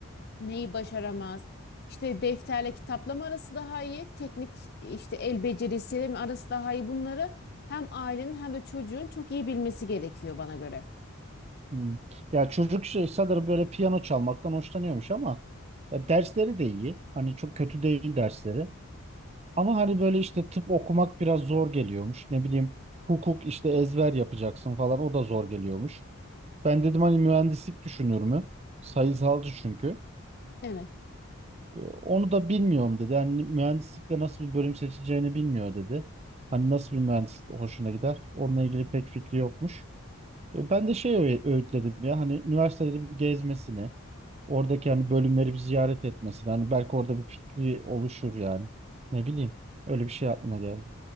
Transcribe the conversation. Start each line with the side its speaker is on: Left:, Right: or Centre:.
Left: neyi başaramaz. İşte defterle kitapla arası daha iyi, teknik işte el becerisiyle mi arası daha iyi bunları hem ailenin hem de çocuğun çok iyi bilmesi gerekiyor bana göre.
Right: hmm. Ya çocuk şey sanırım böyle piyano çalmaktan hoşlanıyormuş ama ya dersleri de iyi. Hani çok kötü değil dersleri. Ama hani böyle işte tıp okumak biraz zor geliyormuş. Ne bileyim hukuk işte ezber yapacaksın falan o da zor geliyormuş. Ben dedim hani mühendislik düşünür mü? Sayısalcı çünkü.
Left: Evet.
Right: Ee, Onu da bilmiyorum dedi. Yani mühendislikte nasıl bir bölüm seçeceğini bilmiyor dedi. Hani nasıl bir mühendislik hoşuna gider? Onunla ilgili pek fikri yokmuş. E, Ben de şey öğ- öğütledim ya hani üniversiteleri bir gezmesini, oradaki hani bölümleri bir ziyaret etmesini. Hani belki orada bir fikri oluşur yani. Ne bileyim. Öyle bir şey aklıma geldi.